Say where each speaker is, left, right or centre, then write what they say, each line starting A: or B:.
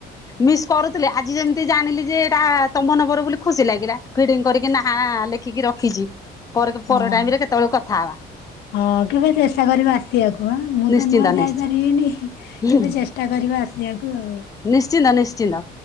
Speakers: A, on the left; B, on the left.
A: ମିସ୍ କରୁଥିଲି ଆଜି ଯେମିତି ଜାଣିଲି ଯେ ଏଇଟା ତମ ନମ୍ବର ବୋଲି ଖୁସି ଲାଗିଲା ଫିଡିଙ୍ଗି କରିକି ନାହା ଲେଖିକି ର ଖିଛି ପରେ
B: ହଁ।
A: ପର ଟାଇମ୍ ରେ କେତେବେଳୁ କଥା ହବା।
B: ହଁ କେବେ ଚେଷ୍ଟା କରିବା ଆ ସିଆକୁ ଆଁ ମୁଁ
A: ନିଶ୍ଚିନ୍ତ
B: ତ ନୂଆ ଯାଇ
A: ନିଶ୍ଚିନ୍ତ
B: ପାରିବିନି
A: ହୁଁ
B: କେବେ ଚେଷ୍ଟା କରିବ ଆସିଆକୁ ଆଉ।
A: ନିଶ୍ଚିନ୍ତ ନିଶ୍ଚିନ୍ତ